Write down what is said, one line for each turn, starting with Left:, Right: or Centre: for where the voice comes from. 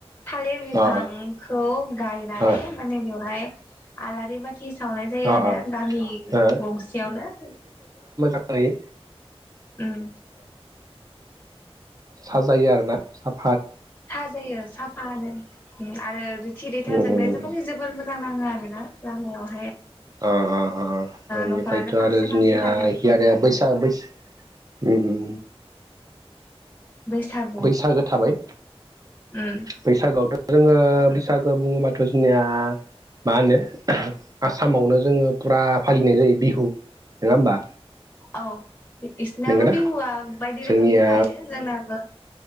Left: थालिर बिफांखौ
Right: अ
Left: गायनानै
Right: अ
Left: माने बेवहाय आलारि बाथि थि सावनाय जायो
Right: अ
Left: आरो
Right: अ
Left: गामि
Right: ओ
Left: गंसेयावनो
Right: ओइ
Left: उम
Right: साजायो आरोना साफ
Left: साजायो साफानो आरो रिथि रिथा
Right: उम
Left: जोंनाय
Right: उम
Left: जों माने जोबोर मोजां मोजां नाङो आरोना लामायाव
Right: अ अ अ बेनिफ्रायथ'
Left: न'खरानो फांसे
Right: आरो जोंनिया
Left: फांसे थालिर
Right: एखि
Left: बिफां
Right: आरो
Left: गायो
Right: बैसाग बै उम
Left: बैसागु
Right: बैसागो थाबाय
Left: उम
Right: बैसागोआवथ' जोङो बैसागो बुङोबाथ' जोंनिया मा होनो आसामावनो जोङो फुरा फालिनाय जायो बिहु नङा होमबा
Left: औ बिसिनाबो
Right: नंगौना
Left: बिहुआ बायदि
Right: जोंनिया
Left: रोखोमनि थायो जोंनाबो